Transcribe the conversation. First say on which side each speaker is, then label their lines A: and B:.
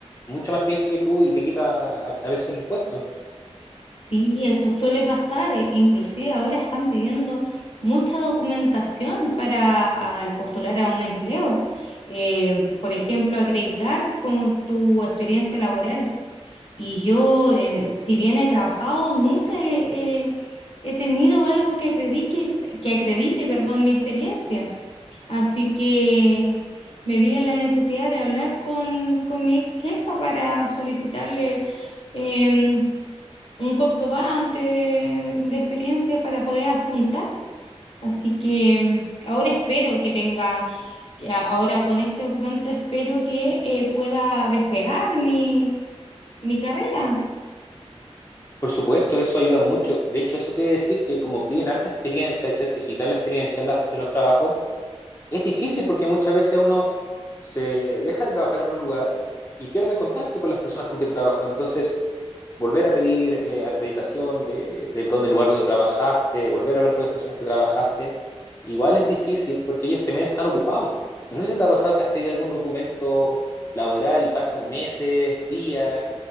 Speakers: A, on the left; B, on the left.
A: mucha más experiencia que tú y te quita a, a veces los puestos.
B: Sí, eso suele pasar. e- Inclusive ahora están pidiendo mucha documentación para al postular a un empleo. Eh, por ejemplo, acreditar con tu experiencia laboral. Y yo, eh, si bien he trabajado, nunca he, he- he tenido algo que acredite, que acredite, perdón, mi experiencia. Así que me vi en la necesidad de hablar con, con mi ex jefa para solicitarle em, un comprobante de experiencia para poder adjuntar. Así que mm, ahora espero que tenga, que a- ahora con este documento espero que eh, pueda despegar mi, mi carrera.
A: Por supuesto, eso ayuda mucho. De hecho, eso te debe decir que como piden harta experiencia y certificar la experiencia en, las- en los trabajos, es difícil porque muchas veces uno se deja de trabajar en un lugar y pierde contacto con las personas con que trabajó. Entonces, volver a pedir eh, acreditación de, del, don del lugar donde trabajaste, volver a hablar con las personas que trabajaste, igual es difícil porque ellos también están ocupados. No sé si te ha pasado que has pedido algún documento laboral y pasan meses, días,